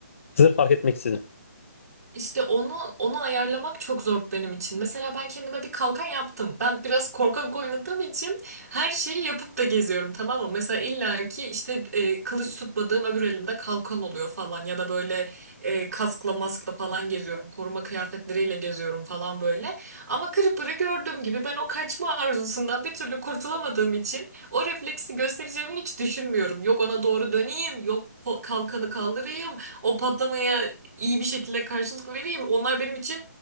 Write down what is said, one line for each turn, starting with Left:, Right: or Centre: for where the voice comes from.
Left: Zırh fark etmeksizin.
Right: İşte onu onu ayarlamak çok zor benim için. Mesela ben kendime bir kalkan yaptım. Ben biraz korkak oynadığım için her şeyi yapıp da geziyorum tamam mı? Mesela illaki işte e, kılıç tutmadığım öbür elimde kalkan oluyor falan ya da böyle e, kaskla maskla falan geziyorum. Koruma kıyafetleriyle geziyorum falan böyle. Ama Creeper'ı gördüğüm gibi ben o kaçma arzusundan bir türlü kurtulamadığım için o refleksi göstereceğimi hiç düşünmüyorum. Yok ona doğru döneyim, yok ko- kalkanı kaldırayım. O patlamaya iyi bir şekilde karşılık vereyim. Onlar benim için